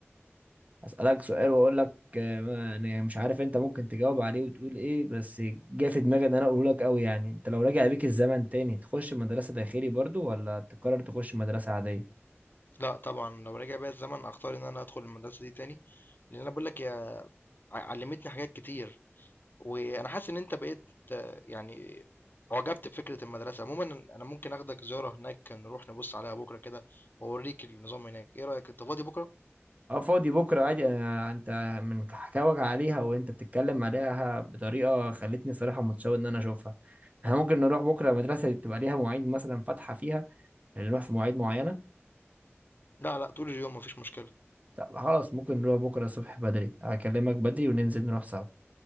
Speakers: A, on the right (about 35°); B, on the left (about 45°).
A: اسالك سؤال واقول لك آه، يعني مش عارف انت ممكن تجاوب عليه وتقول ايه بس جه في دماغي ان انا اقوله لك قوي يعني انت لو رجع بيك الزمن تاني تخش مدرسة داخلي برضو ولا تقرر تخش مدرسة عادية
B: لأ طبعًا لو رجع بيّا الزمن أختار إن أنا أدخل المدرسة دي تاني، لإن أنا باقول لك هي ع علّمتني حاجات كتير، وأنا حاسس إن أنت بقيت آه، يعني أُعجبت بفكرة المدرسة، عمومًا أنا ممكن آخدك زيارة هناك نروح نبُص عليها بُكرة كده وأورّيك النظام هناك، إيه رأيك أنت فاضي بُكرة؟
A: اه فاضي بكرة عادي أنا انت من حكاوك عليها وانت بتتكلم عليها بطريقة خلتني صراحة متشوق ان انا اشوفها احنا ممكن نروح بكرة مدرسة تبقى ليها مواعيد مثلا فاتحة فيها يعني نروح في مواعيد معينة
B: لأ، لأ طول اليوم ما فيش مشكلة،
A: طب خلاص ممكن نروح بكرة الصبح بدري هكلمك بدري وننزل نروح سوا